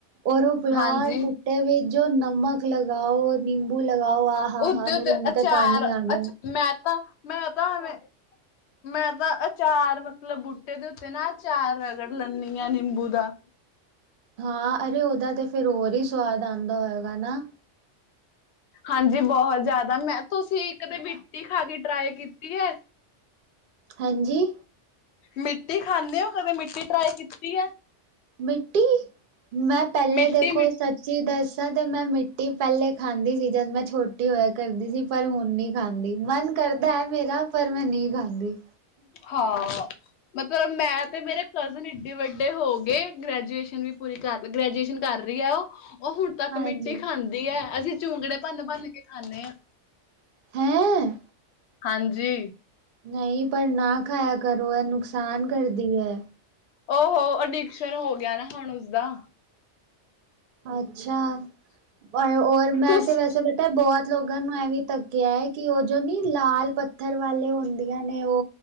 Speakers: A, on the right; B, on the left.
A: ਔਰ ਓ <unintelligible>
B: ਹਾਂਜੀ
A: ਬੂਟੇ ਵੇਜੋ ਨਮਕ ਲਗਾਓ ਨਿੰਬੂ ਲਗਾਓ ਆ ਹਾ
B: ਉਤੇ
A: ਹਾ
B: ਉਤੇ
A: ਮੇਰੇ ਮੂੰਹ
B: ਅਚਾਰ
A: ਤੇ ਪਾਨੀ ਆ ਗੇਆ
B: ਅਚ ਮੈਂ ਤਾ, ਮੈਂ ਤਾ ਐਵੇ ਮੈਂ ਤਾਂ ਅਚਾਰ ਮਤਲਬ ਬੂਟੇ ਦੇ ਉੱਤੇ ਨਾ ਅਚਾਰ ਰਗੜ ਲੱਨੀ ਆ ਨਿੰਬੂ ਦਾ
A: ਹਾਂ ਅਰੇ ਓਦਾ ਤੇ ਫੇਰ ਔਰ ਈ ਸਵਾਦ ਆਂਦਾ ਓਏਗਾ ਨਾ
B: ਹਾਂਜੀ ਬੋਹਤ ਜਾਦਾ ਮੈਂ ਤੁਸੀ ਕਦੇ ਮਿੱਟੀ ਖਾ ਕੇ ਟਰਾਈ ਕੀਤੀ ਐ
A: ਹਾਂਜੀ
B: ਮਿੱਟੀ ਖਾਨੇ ਓ ਕਦੇ ਮਿੱਟੀ ਟਰਾਈ ਕੀਤੀ ਐ
A: ਮਿੱਟੀ, ਮੈਂ ਪੈਲੇ
B: ਮਿੱਟੀ
A: ਦੇਖੋ
B: ਮਿੱ
A: ਸੱਚੀ ਦੱਸਾਂ ਤੇ ਮੈਂ ਮਿੱਟੀ ਪੈਲੇ ਖਾਂਦੀ ਸੀ ਜਦ ਮੈਂ ਛੋਟੀ ਓਯਾ ਕਰਦੀ ਸੀ ਪਰ ਹੁਨ ਨੀ ਖਾਂਦੀ ਮਨ ਕਰਦੈ ਮੇਰਾ ਪਰ ਮੈਂ ਨੀ ਖਾਂਦੀ
B: ਹਾ, ਮਤਲਬ ਮੈਂ ਤੇ ਮੇਰੇ ਕਜ਼ਨ ਇੱਡੀ ਵੱਡੇ ਹੋਗੇ ਗ੍ਰੈਜੂਏਸ਼ਨ ਵੀ ਪੂਰੀ ਕਰ ਗ੍ਰੈਜੂਏਸ਼ਨ ਕਾਰ ਰੀ ਐ ਓ ਓ ਹੁਨ ਤੱਕ
A: ਹਾਂਜੀ
B: ਮਿੱਟੀ ਖਾਂਦੀ ਐ ਅਸੀ ਚੁੰਗੜੇ ਪੰਨ-ਪੰਨ ਕੇ ਖਾਂਨੇ ਆ
A: ਹੈਂ
B: ਹਾਂਜੀ।
A: ਨਈ ਪਰ ਨਾ ਖਾਏਆ ਕਰੋ ਐ ਨੁਕਸਾਨ ਕਰਦੀ ਐ
B: ਓ ਹੋ ਅਡਿਕਸ਼ਨ ਹੋ ਗਯਾ ਨਾ ਹੋਣ ਉਸਦਾ
A: ਅੱਛਾ, ਆਏ ਔਰ ਮੈਂ
B: ਤੁਸੀਂ
A: ਤੇ ਵੈਸੇ ਤੇ ਬੋਤ ਲੋਗਾਂ ਨੂੰ ਐ ਵੀ ਤੱਕ ਕੇਆ ਐ ਕਿ ਓ ਜੋ ਨੀ ਲਾਲ ਪੱਥਰ ਵਾਲੇ ਓਂਦੀਆਂ ਨੇ ਓ,